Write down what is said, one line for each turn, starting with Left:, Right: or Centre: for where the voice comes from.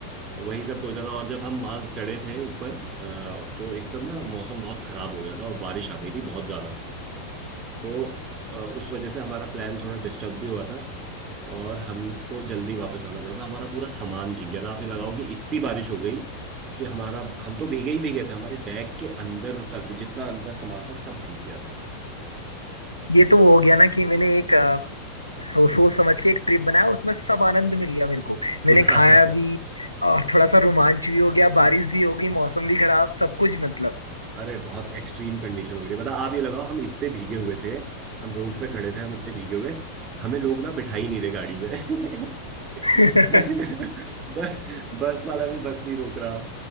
Right: तो वही सब सोचा था और जब हम वहां चढ़े थे ऊपर अ, तो एकदम ना मौसम बहुत खराब हो गया था और बारिश आ गई थी बहुत ज्यादा तो अ, उस वजह से हमारा प्लान थोड़ा डिस्टर्ब भी हुआ था और हमको जल्दी वापस आना पड़ा था हमारा पूरा सामान भीग गया था आप ये लगाओ कि इतनी बारिश हो गई कि हमारा हम तो भीगे ही भीगे थे हमारे बैग के अंदर तक जितना अंदर सामान था सब भीग गया था
Left: ये तो हो गया ना कि मैंने एक अ, सो, सोच समझ के एक ट्रिप बनाया उसमें सब आनंद मिल गया मेरे को मैंने
Right: <laughs>
Left: खाया भी और थोड़ा सा रोमांच भी हो गया बारिश भी हो गई मौसम भी खराब सब कुछ मतलब
Right: अरे बहुत एक्सट्रीम कंडीशन हो गई थी मतलब आप ये लगाओ हम इतने भीगे हुए थे हम रोड पे खड़े थे हम इतने भीगे हुए हमें लोग ना बिठा ही नहीं रहे गाड़ी में <laughs>
Left: <laughs>
Right: बस बस वाला भी बस नहीं रोक रहा